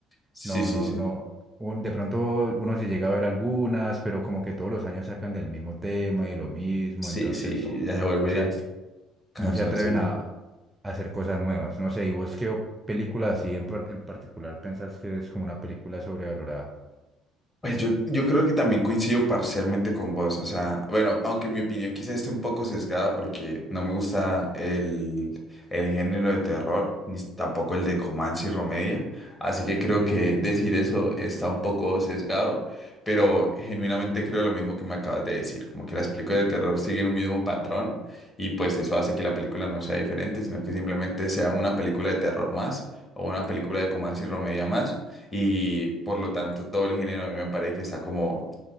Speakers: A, on the left; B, on the right.
A: Sí,
B: No,
A: sí,
B: no,
A: sí.
B: no. un- de pronto uno se llega a ver algunas, pero como que todos los años sacan del mismo tema y de lo mismo,
A: Sí,
B: entonces
A: sí, ya se vuelve
B: no se, a-
A: cansoncito.
B: no se atreven a, a hacer cosas nuevas. No sé, ¿y vos qué o- película así en, par- en particular pensás que es como una película sobrevalorada?
A: Pues yo, yo creo que también coincido parcialmente con vos, o sea, bueno, aunque mi opinión quizás esté un poco sesgada porque no me gusta el, el género de terror, ni tampoco el de Comanche y Romedia, así que creo que decir eso está un poco sesgado, pero genuinamente creo lo mismo que me acabas de decir, como que las películas de terror siguen un mismo patrón y pues eso hace que la película no sea diferente, sino que simplemente sea una película de terror más o una película de Comanche y Romedia más y por lo tanto todo el género a mí me parece que está como